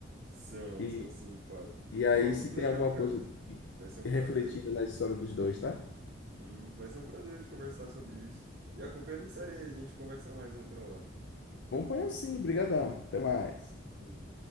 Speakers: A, on the right (about 55°); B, on the left (about 70°).
A: São,
B: E,
A: são sim, Fábio.
B: e aí,
A: Pô,
B: se
A: muito legal,
B: tem alguma
A: cara.
B: coisa que-
A: Vai ser um
B: refletida
A: prazer.
B: na história dos dois, tá?
A: Uhum, Vai ser um prazer te conversar sobre isso. E acompanha a minha série aí, a gente conversa mais outra hora.
B: Vamos pôr assim, brigadão. Até mais.
A: Valeu.